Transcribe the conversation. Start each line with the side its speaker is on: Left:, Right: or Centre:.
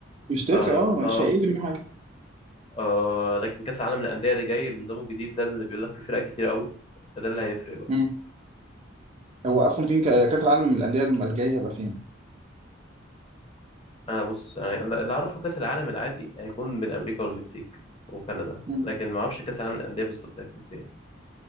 Right: مش تفرق
Left: اه
Right: اه مش
Left: اه
Right: هيقل من حاجه
Left: آه لكن كأس العالم للأندية اللي جاي بنظامه الجديد ده اللي بيقول لك فيه فرق كتير قوي ده اللي هيفرق بقى
Right: مم. هو اصلا فين ك- كاس العالم للانديه الجاي هيبقى فين
Left: انا بص انا اللي اعرفه كأس العالم العادي هيكون بين امريكا والمكسيك وكندا
Right: مم.
Left: لكن ما اعرفش كأس العالم للأندية بالظبط هيكون فين